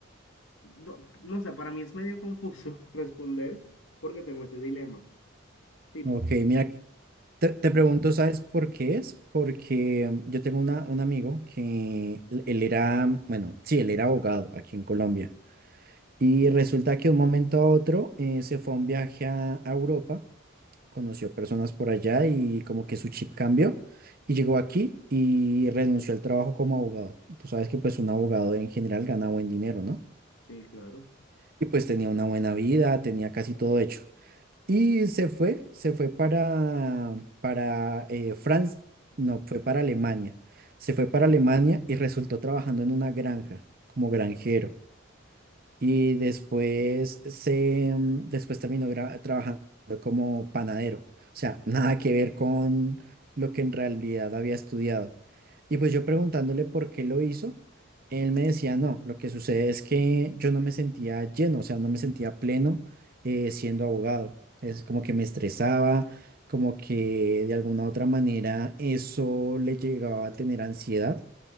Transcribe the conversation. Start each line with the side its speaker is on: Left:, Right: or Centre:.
Left: No, no sé, para mí es medio confuso <laughs> responder porque tengo ese dilema. Tipos.
Right: ok. Mira Te, te pregunto, ¿sabes por qué es? Porque mm, yo tengo una, un amigo que l- él era, mm, bueno, sí, él era abogado aquí en Colombia. Y resulta que de un momento a otro eh, se fue a un viaje a, a Europa, conoció personas por allá y como que su chip cambió y llegó aquí y renunció al trabajo como abogado. Y Tú sabes que pues un abogado en general gana buen dinero, ¿no?
Left: Sí, claro.
Right: Y pues tenía una buena vida, tenía casi todo hecho. Y se fue, se fue para, para eh, Francia, no, fue para Alemania. Se fue para Alemania y resultó trabajando en una granja como granjero. Y después se, mm, después terminó gra- trabajando como panadero. O sea, nada que ver con lo que en realidad había estudiado. Y pues yo preguntándole por qué lo hizo, él me decía, no, lo que sucede es que yo no me sentía lleno, o sea, no me sentía pleno eh, siendo abogado. Es como que me estresaba, como que de alguna u otra manera eso le llegaba a tener ansiedad.